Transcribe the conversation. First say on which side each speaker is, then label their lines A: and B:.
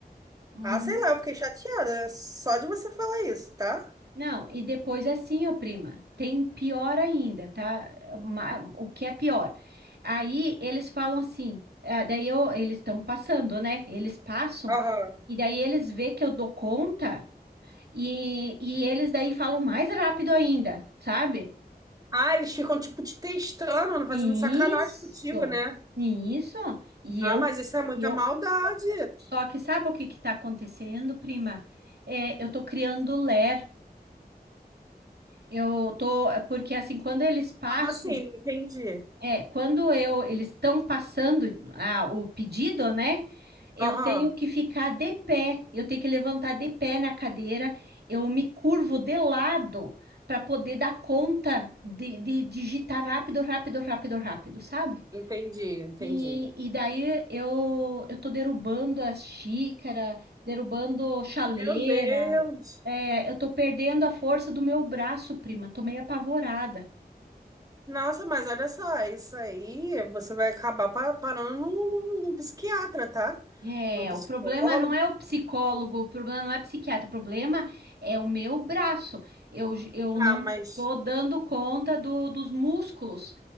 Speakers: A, on the right (about 80°); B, on the right (about 20°).
A: Uhum.
B: ah, sei lá, eu fiquei chateada é só de você falar isso, tá?
A: Não, e depois assim, ó, prima, tem pior ainda, tá? Ma- O que é pior? Aí eles falam assim, ah, daí eu- eles estão passando, né? Eles passam,
B: Aham.
A: e daí eles vê que eu dou conta, e, e eles daí falam mais rápido ainda, sabe?
B: Ah, eles ficam, tipo, te testando, fazendo
A: Isso,
B: sacanagem contigo, né?
A: isso. E
B: Ah,
A: eu,
B: mas isso é muita
A: e eu
B: maldade.
A: Só que sabe o que que tá acontecendo, prima? É, eu tô criando ler. Eu tô, é, porque assim, quando eles passam,
B: Como assim? Não Entendi.
A: é, quando eu, eles estão passando ah, o pedido, né? Eu
B: Aham.
A: tenho que ficar de pé, eu tenho que levantar de pé na cadeira, eu me curvo de lado para poder dar conta de, de digitar rápido, rápido, rápido, rápido, sabe?
B: Entendi, entendi.
A: E, e daí eu, eu tô derrubando as xícaras, derrubando chaleira.
B: Meu Deus.
A: É, eu tô perdendo a força do meu braço, prima. Tô meio apavorada.
B: Nossa, mas olha só, isso aí você vai acabar pa- parando num num- num psiquiatra, tá?
A: É,
B: Num psicólogo.
A: o problema não é o psicólogo, o problema não é psiquiatra, o problema é o meu braço. Eu, j- eu
B: Ah,
A: não
B: mas
A: tô dando conta do, dos músculos.